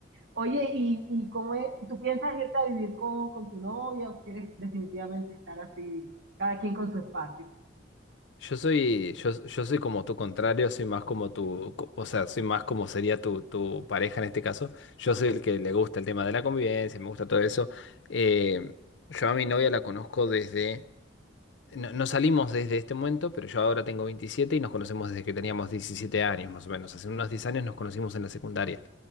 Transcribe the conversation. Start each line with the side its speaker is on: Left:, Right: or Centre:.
Right: Oye, ¿y, y cómo es? ¿Tú piensas irte a vivir con, con tu novia o quieres definitivamente estar así, cada quien con su espacio?
Left: Yo soy, yo, yo soy como tu contrario, soy más como tu, co- o sea, soy más como sería tu, tu pareja en este caso. Yo soy el que le gusta el tema de la convivencia, me gusta todo eso. Eh, yo a mi novia la conozco desde, no, no salimos desde este momento, pero yo ahora tengo 27 y nos conocemos desde que teníamos 17 años más o menos. Hace unos 10 años nos conocimos en la secundaria.